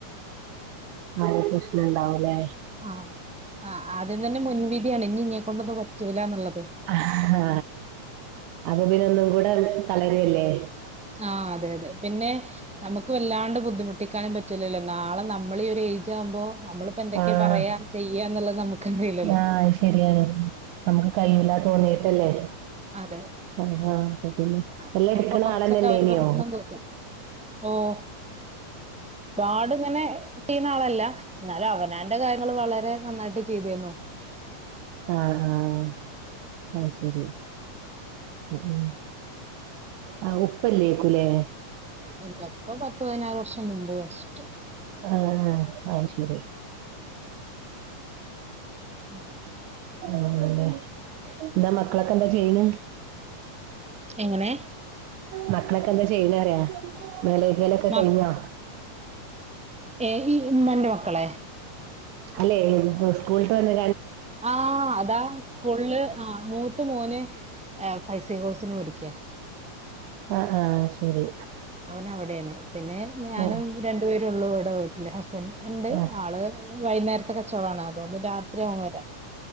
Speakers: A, on the right; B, in the centre.
A: ആരെ പ്രശ്നംണ്ടാവലേ
B: ആ ആ ആദ്യം തന്നെ മുൻവിധിയാണ് ഇനി ഇന്നെ കൊണ്ടൊന്ന പറ്റില്ല എന്നുള്ളത്
A: ആഹ അപ്പൊ പിന്നെ ഒന്നും കൂടെ തളരല്ലേ
B: ആഹ അതെ അതെ പിന്നെ നമുക്ക് വല്ലാണ്ട് ബുദ്ധിമുട്ടിക്കാനൻ പറ്റൂല്ലോ നാള നമ്മള ഒരു എജ് വുമ്പോ നമ്മളിപ്പോ എന്തൊക്കെയാ
A: ആഹ്
B: പറയാ ചെയ്യ എന്നുള്ളത് നമുക്കറിയിലല്ലോ
A: ആഹ് അത് ശരിയാണ് നമുക്ക് കൈല്ല തോന്നീട്ടല്ലേ
B: അതെ
A: ആ അപ്പ പിന്നെ
B: അപ്പൊ
A: എല്ലാം എടുക്കണ
B: കൊറച്ചൊക്കെ
A: ആളന്നെല്ല
B: അവര്
A: ല്ലെന്യോ
B: പറയണ കേക്കും. ഓഹ് ഒരുപാട് ഇങ്ങനെ കിട്ടീന്ന ആളല്ല എന്നാലും അവനാന്റെ കാര്യങ്ങൾ വളരെ നന്നായിട്ട് ചെയ്തന്നോ
A: ആഹ ആഹ ആ ശരി ഉ ആ ഉപ്പല്ലേക്കുലേ
B: ഇല്ല ഇപ്പ പത്ത് പതിനാറ് വർഷം മുമ്പ് മരിച്ചിട്ടുണ്ട്
A: ആഹ ആ ശരി
B: ഉം
A: ആണല്ലേ എന്താ മക്കളൊക്കെ എന്താ ചെയ്യണ്
B: എങ്ങനെ
A: മക്കളൊക്കെ എന്താ ചെയ്യുന്നറയാ മേലലൊക്കെ
B: മ
A: കഴിഞ്ഞാ
B: ഏ ഈ ഉമ്മന്റെ മക്കളെ
A: അല്ലെ സ്കൂളിട്ട് വന്ന
B: ആ അതാ സ്കൂള്ല് ആ മൂത്ത മോന് ഫൈസി കോഴ്സിന് പഠിക്കാ
A: ആഹ് ആഹ് ശരി
B: അവന അവിടാണ് പിന്നെ ഞാനും
A: ആഹ്
B: രണ്ടുപേരെള്ളൂ അവിടെ പോയിട്ടില്ല പിന്നെ എണ്ട്
A: ആഹ്
B: ആള് വൈകുന്നേരത്തെ കച്ചവടമാണ് അതുകൊണ്ട് രാത്രിയാകും വരാൻ